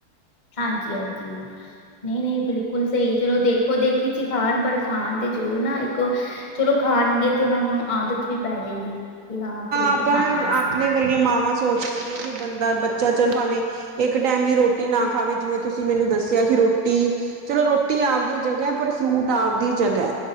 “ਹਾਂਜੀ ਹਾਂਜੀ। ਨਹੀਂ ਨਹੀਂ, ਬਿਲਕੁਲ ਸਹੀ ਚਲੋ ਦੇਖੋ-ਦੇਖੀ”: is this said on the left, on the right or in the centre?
Left